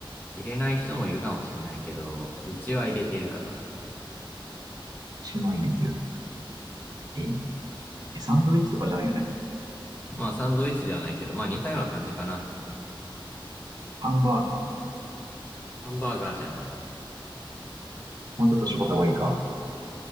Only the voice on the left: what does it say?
入れない人もいるかもしんないけど、うちは入れてるかな。
まあサンドイッチではないけど、まあ似たような感じかな。
ハンバーガーじゃない。